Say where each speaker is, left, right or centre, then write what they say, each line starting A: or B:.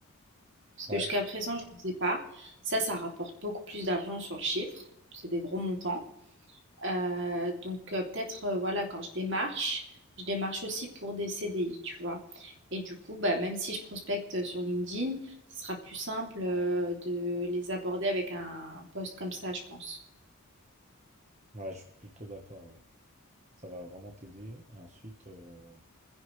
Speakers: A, on the right (about 55°); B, on the right (about 30°).
A: Parce
B: Ouais,
A: que jusqu'à présent, je ne le faisais pas. Ça, ça rapporte beaucoup plus d'argent sur le chiffre. C'est des gros montants. Euh, donc euh, peut-être, euh, voilà, quand je démarche, je démarche aussi pour des CDI, tu vois. Et du coup, bah, même si je prospecte sur LinkedIn, ce sera plus simple euh, de les aborder avec un post comme ça, je pense.
B: ouais, je suis plutôt d'accord, ouais. Ça va vraiment t'aider. Et ensuite, euh,